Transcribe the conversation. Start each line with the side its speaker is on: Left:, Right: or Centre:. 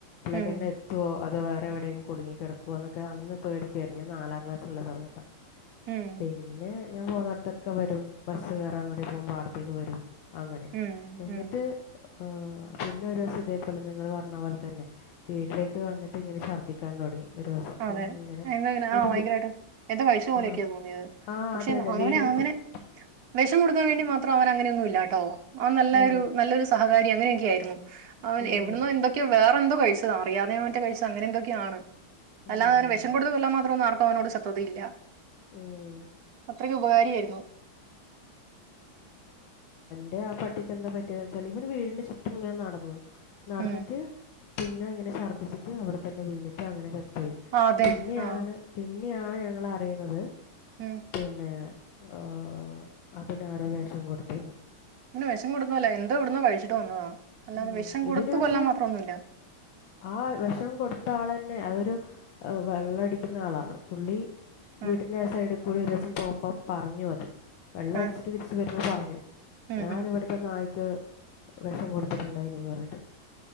Right: ഉം
Left: പിന്നെ എത്തോ അതോ വേറെ എവിടേം കുടുങ്ങി കെടക്കോ ന്നൊക്കെ മോൊക അന്ന്േിക്കുായിഞ്ഞാൽ നാലാം ക്ലാസ്സുള്ള സമയത്താ.
Right: ഉം
Left: പിന്നെ ഞാൻ പോന്നൊടുത്തൊക്കെ വരും ബസ് കേറാൻവേണ്ടി പോകുമ്പോ അടുത്തേക്ക് വരും. അങ്ങനെ
Right: ഉം
Left: എന്നിട്ട്
Right: ഉം
Left: ഓ ആ പിന്നെ ഒരുസം ഇതേപോലെ നിങ്ങൾ പറഞ്ഞ പോലെ തന്നെ വീട്ടിലേക്ക് വന്നിട്ട് ഇങ്ങനെ ഷർദിക്കാൻ തുടങ്ങി. ഒരു ദിവസം
Right: അ അതെ
Left: ഇങ്ങനെ
Right: എന്താ ഇങ്ങന
Left: എന്നിട്ട്
Right: ആ ഭയങ്കരായിട്ട്
Left: വി-
Right: എന്താ കഴിച്ച പോലെയൊക്കെയാ
Left: ആ
Right: തോന്നിയത്.
Left: ആ
Right: പക്ഷെന്ന്
Left: അതെ അതെ
Right: അങ്ങനെ
Left: വീടിന്
Right: അങ്ങനെ
Left: ചുറ്റും
Right: വെഷം കൊടുക്കാൻ വേണ്ടി മാ ത്രം അവൻ അങ്ങനെയൊന്നുല്ല ട്ടോ അവൻ നല്ലൊരു
Left: ആ,
Right: നല്ലൊരു സഹകാരി അങ്ങനെയൊക്കെ ആയിരുന്നു. അവൻ
Left: ഉം,
Right: എവിടന്നോ എന്തൊക്കെയോ വേറെ എന്തോ കഴിച്ചതാ അറിയാതെയോ മറ്റോ കഴിച്ചത് അങ്ങനെ എന്തൊക്കെആണ്.
Left: ഉം,
Right: അല്ലാതെ അവന് വെഷം കൊടു കൊല്ലാ മാത്രം ഒന്നും ആർക്കും അവനോട് ശത്രുത ഇല്ല.
Left: ഉം,
Right: അത്രക്കും ഉപകാരി യിരുന്നു.
Left: ദേ ആ പട്ടിക്ക് എന്താ പറ്റിയത് ച്ചാൽ ഇവൻ വീടിന്റെ ചുറ്റുങ്ങെനെ നടന്നു നടന്നിറ്റ്
Right: ഉം
Left: പിന്നെ അങ്ങനെ ഛർദ്ദിച്ചിട്ട് അവിടെ തന്നെ വീണിട്ട് അങ്ങനെ ചത്തോയി.
Right: ആഹ് അതെ
Left: പിന്നെയാണ്
Right: ആഹ്
Left: പിന്ന ഇന്നെയാഞങ്ങൾ അറിയുന്നത്
Right: ഉം
Left: പിന്നെ ഓ അതിനാരോ വെഷം കൊടുത്തീന്നു.
Right: തിന് വെഷം കൊടുത്ത തല്ല എന്തോ എവിടുന്നോ കഴിച്ചിട്ട് വന്നതാ. അല്ലാതെ
Left: ഉ
Right: വെഷം
Left: ഇതിന്
Right: കൊടുത്ത്
Left: പക്ഷെ
Right: കൊല്ലാൻ മാത്രമൊന്നുമില്ല
Left: ആ വിഷം കൊടുത്ത ആളന്നെ ന്നെ അതൊരു വെള്ളംടിക്കുന്ന ആളാണ് പുള്ളി വീടിന്റെ
Right: ആഹ്
Left: ആ സൈഡിക്കോ ഓരോസം പോകുമ്പോമ് പറഞ്ഞു അത് വെള്ളം
Right: ആഹ്
Left: അടിച്ചിട്ട് തിരിച്ച് വരുമ്പോ പറഞ്ഞു
Right: ഉം
Left: ഞാനീവിടുത്തെ
Right: ഉം
Left: നായ്ക്ക് വെഷം കൊടുത്തിട്ടുണ്ടായി ന് പറഞ്ഞിട്ട്